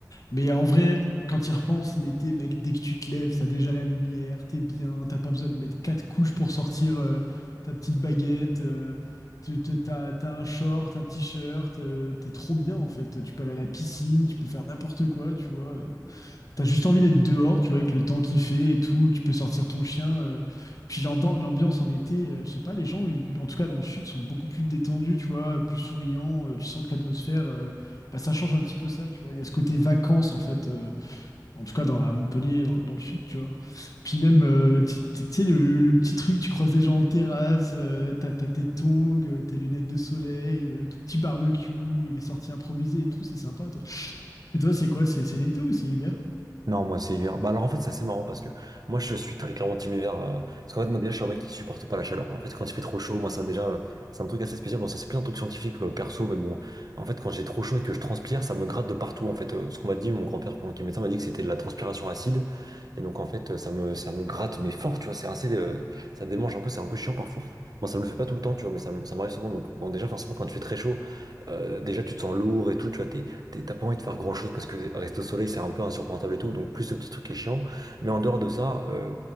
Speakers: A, on the left; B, on the right.
A: Mais en vrai, quand y repenses, l'été, mec, dès que tu te lèves, t'as déjà la lumière, t'es bien, t'as pas besoin de mettre quatre couches pour sortir euh, ta petite baguette, euh, tu, te- t'as, t'as un short, un t-shirt, euh, t'es trop bien, en fait. Tu peux aller à la piscine, tu peux faire n'importe quoi, tu vois. euh. T'as juste envie d'être dehors, tu vois, avec le temps qu'il fait et tout, tu peux sortir ton chien. euh. Puis l'ambi- l'ambiance en été, euh, je sais pas, les gens, euh, en tout cas dans le sud, sont beaucoup plus détendus, tu vois, plus souriants. euh, tu sens que l'atmosphère, euh, bah, ça change un petit peu ça, tu vois. Il y a ce côté vacances, en fait, euh, en tout cas dans, à Montpellier, dans, dans le sud, tu vois. Puis même, euh, tu tu- tu sais, le, le- le petit truc, tu croises des gens en terrasse, euh, t'as, t'as tes tongs, euh, tes lunettes de soleil, euh, ton petit barbecue, les sorties improvisées et tout, c'est sympa, toi. Et toi, c'est quoi? C'est c'est l'été ou c'est hiver?
B: Non, moi c'est hiver. Bah alors en fait c'est assez marrant parce que moi je suis très clairement team hiver. euh, parce qu'en fait moi déjà je suis un mec qui supporte pas la chaleur. En fait quand il fait trop chaud, moi ça déjà euh, c'est un truc assez spécial. Bon ça c'est plus un truc scientifique euh, perso, mais bon en fait quand j'ai trop chaud et que je transpire, ça me gratte de partout. En fait euh, ce qu'on m'a dit, mon grand-père pendant qu'il est médecin m'a dit que c'était de la transpiration acide. Et donc en fait euh, ça me ça me gratte mais fort, tu vois. C'est assez euh, ça démange un peu, c'est un peu chiant parfois. Bon ça me le fait pas tout le temps, tu vois, mais ça, me- ça m'arrive souvent. Donc bon déjà forcément quand tu fais très chaud, euh, déjà tu te sens lourd et tout, tu vois, t'es- t'es- t'as pas envie de faire grand chose parce que rester au soleil c'est un peu insupportable et tout, donc plus ce petit truc qui est chiant. Mais en dehors de ça, euh,